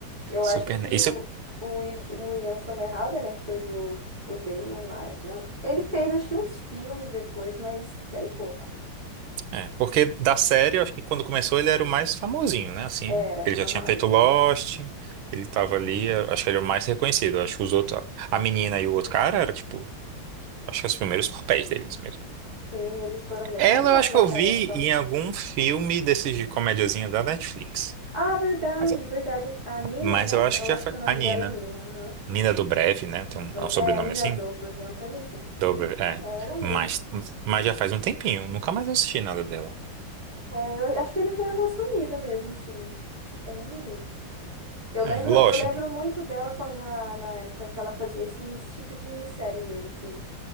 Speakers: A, on the right; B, on the right.
A: Eu
B: Super.
A: acho que
B: ne-
A: o,
B: Isso
A: o, I- o Ian Somerhalder, né, que fez o, o Damon lá, eu- ele fez, acho que uns filmes depois, mas bem pouco.
B: é, porque da série, eu acho que quando começou ele era o mais famosinho, né? Assim,
A: Era,
B: ele já
A: aham.
B: tinha feito Lost, ele tava ali, eu acho que ele era o mais reconhecido. eu Acho que os outros, a menina e o outro cara, era tipo, acho que os primeiros papéis deles mesmo.
A: Sim, eles foram bem
B: Ela,
A: famosos
B: eu acho
A: nessa
B: que eu vi
A: época.
B: em algum filme desses de comediazinha da Netflix.
A: Ah, verdade,
B: Mas,
A: verdade. A Nina,
B: mas
A: né?
B: eu acho
A: Eu
B: que já
A: acho
B: foi
A: que o nome
B: a Nina.
A: dela é Nina, aham.
B: Nina Dobrev, né? Tem um,
A: Do-
B: é um sobrenome
A: É, Nina
B: assim?
A: Dobrev, uma coisa assim.
B: Dobrev, é.
A: É ela mesmo.
B: Mas, mas já faz um tempinho, nunca mais assisti nada dela.
A: É, eu acho que eles deram uma sumida mesmo, assim. Eu Também não vi. Eu lembro,
B: É, Lost.
A: eu lembro muito dela quando, na, na época que ela fazia esse, esse tipo de série mesmo, assim.